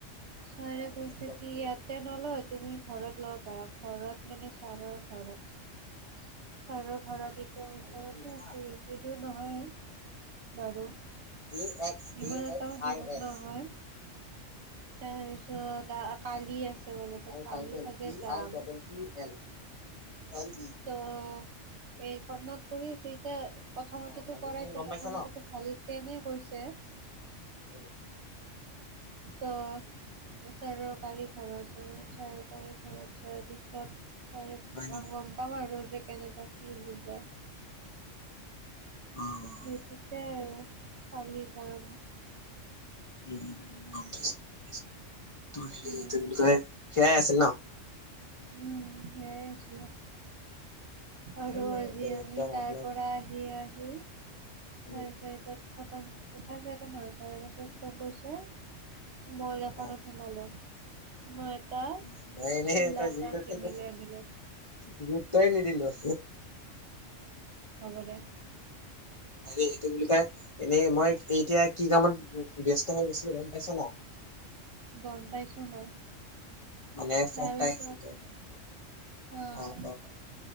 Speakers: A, on the right; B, on the left.
A: ছাৰে
B: অ
A: কৈছে
B: ৰাতিপুৱা
A: কি
B: পঢ়িবা
A: ইয়াতে নলয় তুমি ঘৰত লব পাৰা। ঘৰত মানে ছাৰৰ ঘৰত, ছাৰৰ ঘৰত এ- এতিয়া ওচৰতে
B: ভালকে পঢ়িবা
A: আছে
B: হা
A: বেছি দূৰ নহয় বাৰু।
B: এ এক্স
A: ইমান
B: এ এক্স
A: এটা
B: আই
A: দূৰত
B: এছ
A: নহয়। তাৰপিছত আ আ কালি আছে। ত বোলে তো
B: আৰু
A: কালি
B: টাইটেল
A: চাগে
B: টি
A: যাম।
B: আই ডাবল
A: ত'
B: টি এল এল ই
A: এইখনত পঢ়ি চুইটাৰ- প্ৰথমতেতো
B: অ বাকী
A: কৰাইছে
B: খিনি গম
A: প্ৰথমতেতো
B: পাইছা ন
A: ভাল কেনে কৈছে।
B: হ'ব দিয়া।
A: ত' চাৰৰ কালি ঘৰত যাম চাৰ কালি ঘৰত যোৱাৰ পিছত- ছাৰক
B: হয় নেকি
A: গম পাম আৰু যে, কেনেকা কি বুজায়?
B: অ অ
A: সেইটোতে
B: গম
A: আৰু
B: পালো
A: কালি যাম।
B: উম উম' গম পাইছো পাইছো, তোৰ হেৰি
A: উম
B: কি বুলি কয় সেয়াই আছিল ন।
A: উম' সেয়াই আছিলে। আৰু
B: ধন্যবাদ
A: আজি
B: দে
A: আমি
B: একদম
A: তাৰ
B: আপোনাক
A: পৰা আহি আহি- চাৰে
B: উম
A: চাৰিটাত খতম চাৰে চাৰিটাত নহয়, চাৰেটা পাঁচটাট খতম কৰিছে। মইলাখনত
B: অ
A: সোমালো। মই এটা
B: অ মই এনে
A: চোলা
B: তই যি
A: এটা
B: কৰি থাক
A: কিনিলৈ আনিলো।
B: গুৰুত্বই নিদিলে।
A: হ'ব দে।
B: হেৰি এইটো বুলি কয় এনেই মই এতিয়া কি কামত ব্যস্ত হৈ গৈছিলো গম পাইছা না?
A: গম পাইছো মই।
B: মানে
A: তাৰপিছত
B: ফোন এটা আহিছিল ত' মই
A: আহ
B: অ' ক ক।